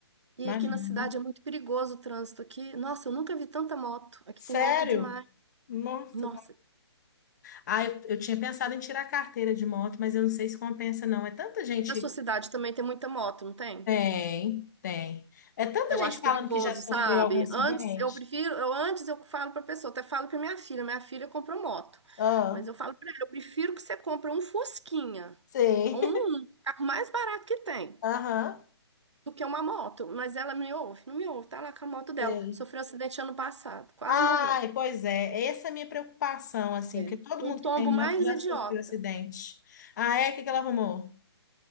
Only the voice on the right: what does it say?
E
aqui na cidade
é muito perigoso o trânsito aqui. Nossa, eu nunca vi tanta moto. Aqui
tem moto demais.
Nossa.
Na sua cidade também tem muita moto, não tem?
Eu
acho
perigoso,
sabe?
Antes eu prefiro, eu antes eu falo para pessoa, até falo para minha filha, minha filha comprou moto.
Mas eu falo para ela, eu prefiro que você compre um Fusquinha,
um
um, um carro mais barato que tem,
do que uma moto. Mas ela me ouve, não me ouve, tá lá com a moto dela.
Sofreu um acidente ano passado, quase
morreu.
É.
Um
tombo
mais
idiota.